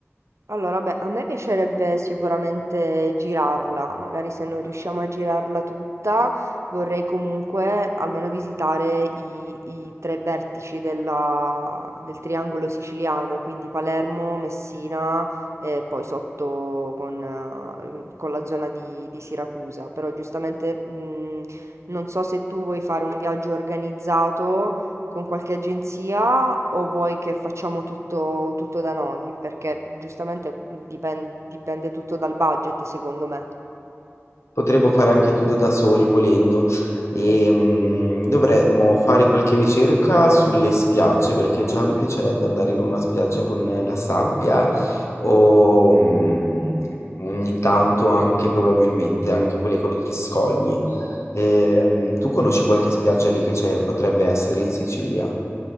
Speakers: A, on the right; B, on the left.
A: Allora, beh, a me piacerebbe sicuramente girarla, magari se non riusciamo a girarla tutta, vorrei comunque almeno visitare i, i tre vertici della- del triangolo siciliano, quindi Palermo, Messina e poi sotto con, eh, con la zona di, di Siracusa. Però giustamente mh, non so se tu vuoi fare un viaggio organizzato con qualche agenzia o vuoi che facciamo tutto, tutto da noi? Perché giustamente dipen- dipende tutto dal budget, secondo me.
B: Potremmo fare anche tutto da soli volendo. Ehm, dovremmo fare qualche ricerca sulle spiagge, perché già mi piacerebbe andare in una spiaggia con eh, la sabbia o mm, ogni tanto anche probabilmente anche quelle con gli scogli. Ehm, tu conosci qualche spiaggia lì che c'è, potrebbe essere in Sicilia?